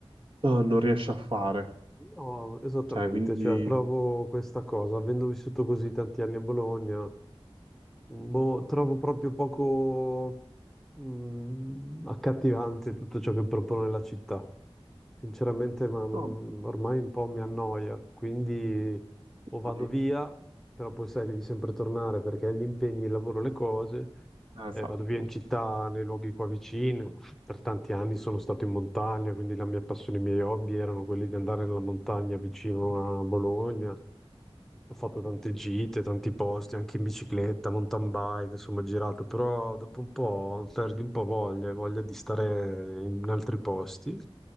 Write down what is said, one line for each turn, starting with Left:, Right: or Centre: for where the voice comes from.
Right: eh, non riesce a fare,
Centre: Io esattamente,
Right: cioè quindi...
Centre: cioè, provo questa cosa, avendo vissuto così tanti anni a Bologna, Boh, trovo proprio poco mm, accattivante tutto ciò che propone la città. Sinceramente, ma, mm,
Right: no,
Centre: ormai un po' mi annoia, quindi o vado
Right: Eh,
Centre: via, però poi sai, devi sempre tornare perché hai gli impegni, il lavoro, le cose.
Right: Esatto,
Centre: Eh, vado via in città, nei luoghi qua vicino. Per tanti anni sono stato in montagna, quindi la mia passione, i miei hobby erano quelli di andare nella montagna vicino a Bologna ho fatto tante gite, tanti posti, anche in bicicletta, mountain bike, insomma, ho girato, però dopo un po' perdi un po' voglia, voglia di stare in altri posti.